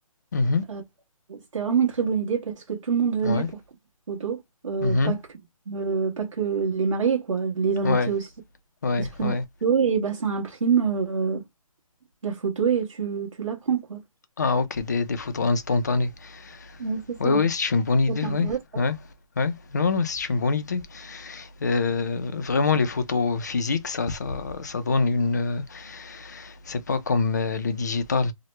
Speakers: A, on the left; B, on the right.
A: mhm,
B: Euh, c'était vraiment une très bonne idée parce que tout le monde venait
A: ouais,
B: pour prendre des photos, Euh,
A: mhm,
B: pas que, euh, pas que les mariés, quoi, les invités
A: ouais,
B: aussi.
A: ouais,
B: Ils se prennent
A: ouais.
B: en photo et bah, ça imprime euh, la photo et tu, tu la prends, quoi.
A: Ah, ok, des, des photos instantanées.
B: Oui, c'est ça,
A: Oui, oui,
B: ouais.
A: c'est une bonne idée,
B: Ça t'intéresse
A: oui,
B: pas?
A: ouais, ouais. Non, non, c'est une bonne idée. Euh, vraiment, les photos physiques, ça, ça, ça donne une, euh, c'est pas comme euh, le digital,